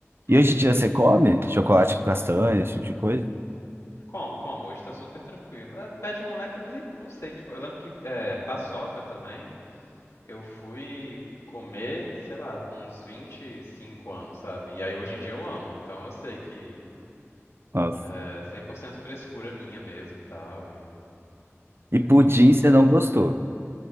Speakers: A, on the left; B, on the right.
A: uhum.
B: E hoje em dia você come chocolate com castanha, esse tipo de coisa?
A: Como, como? Hoje tá super tranquilo. É, pé de moleque, eu não sei, não sei. Tipo, eu lembro que é, paçoca também, eu fui comer, sei lá, com uns 25 anos, sabe? E aí hoje em dia eu amo, então eu sei que
B: Nossa.
A: é 100% frescura minha mesmo e tal. E...
B: E pudim
A: Mas enfim,
B: você não gostou.